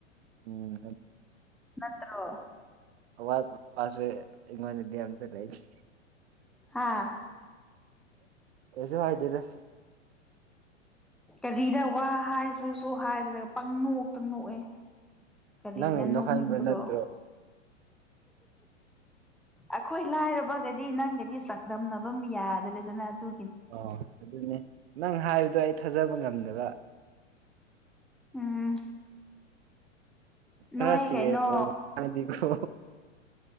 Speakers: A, on the right; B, in the centre.
A: ꯎꯝ
B: ꯀꯠꯇ꯭ꯔ
A: ꯑꯋꯥ ꯄꯥꯁꯦ ꯏꯃꯅ ꯗꯦꯝ ꯇ ꯂꯩꯦ
B: ꯍꯥꯥ
A: ꯀꯁꯦ ꯐꯥꯏꯗꯦꯗ
B: ꯀꯔꯤꯗ ꯋꯥ ꯍꯥꯏ ꯁꯁꯨ ꯍꯥꯏꯗ꯭ꯔꯒ ꯄꯪ ꯅꯣꯛꯇ ꯅꯣꯛꯑꯦ ꯀꯂꯗ
A: ꯅꯪꯅ ꯅꯣꯛꯍꯟꯕ
B: ꯇꯣꯅꯤꯕ꯭ꯔꯣ
A: ꯅꯠꯇ꯭ꯔꯣ
B: ꯑꯩꯈꯣꯏ ꯂꯥꯏꯔꯕꯒꯗꯤ ꯅꯪꯒꯗꯤ ꯆꯥꯡꯗꯝꯅꯕ ꯌꯥꯗ꯭ꯔꯦꯗꯅ ꯑꯗꯨ
A: ꯑꯣ ꯑꯗꯨꯅꯦ ꯅꯪ ꯍꯥꯏꯕꯗꯣ ꯑꯩ ꯊꯥꯖꯕ ꯉꯝꯗꯕ
B: ꯎꯝ
A: ꯈꯔ
B: ꯅꯣꯏ
A: ꯁꯤꯔꯤꯌꯁ
B: ꯀꯥꯏꯩꯅ
A: ꯑꯣꯏꯅ ꯍꯥꯏꯗꯤꯀꯣ